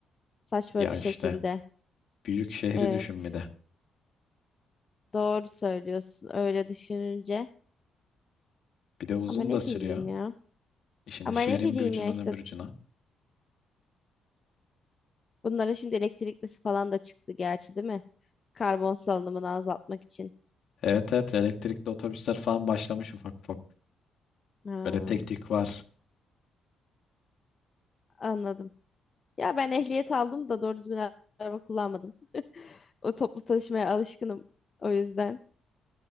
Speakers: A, on the left; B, on the left.
A: Saçma
B: Ya
A: bir şekilde.
B: işte büyük şehri
A: Evet.
B: düşün bir de.
A: Doğru söylüyorsun öyle düşününce.
B: Bir de uzun
A: Ama ne
B: da sürüyor.
A: bileyim ya.
B: Şimdi
A: Ama
B: şehrin
A: ne bileyim
B: bir ucundan
A: ya işte
B: öbür ucuna.
A: Bunlara şimdi elektriklisi falan da çıktı gerçi değil mi? Karbon salınımını azaltmak için.
B: Evet evet elektrikli otobüsler falan başlamış ufak ufak.
A: Ha,
B: Böyle tek tek var.
A: anladım. Ya ben ehliyet aldım da doğru düzgün araba kullanmadım. O toplu taşımaya alışkınım o yüzden.